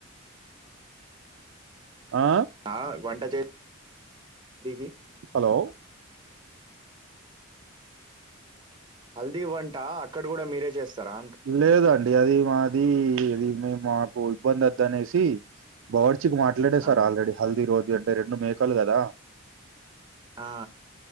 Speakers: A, on the right; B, on the right.
A: ఆ
B: ఆ వంట చే నికి
A: హలో
B: హల్దీవ్ అంటా అక్కడ గూడా మీరే జేస్తారా
A: లేదండి అది మాది ఇది మేం మాకు ఇబ్బందైతద్ అనేసి బావడ్చిక్ మాట్లాడేసార్
B: ఆ!
A: ఆల్రెడీ హల్దీ రోజు అంటే రెండు మేకలు గదా
B: ఆ